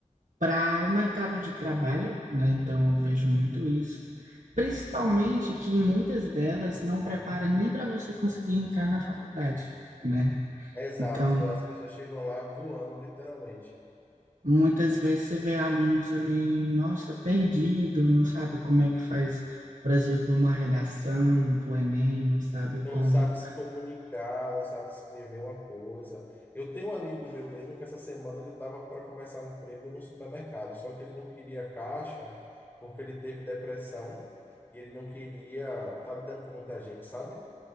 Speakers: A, on the right (about 75°); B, on the left (about 15°).
A: para o mercado de trabalho, né? Então, eu vejo muito isso. Principalmente que muitas delas não prepara nem para você conseguir entrar na faculdade, né?
B: Exato,
A: Então,
B: as pessoas chegam lá voando, literalmente.
A: Muitas vezes você vê alunos ali, nossa, perdido, não sabe como é que faz, por exemplo, uma redação para o Enem, não sabe
B: Não
A: como.
B: sabe se comunicar, não sabe escrever uma coisa. Eu tenho um amigo meu mesmo que essa semana ele estava para começar um emprego no supermercado, só que ele não queria caixa porque ele teve depressão e ele não queria estar lidando com muita gente, sabe?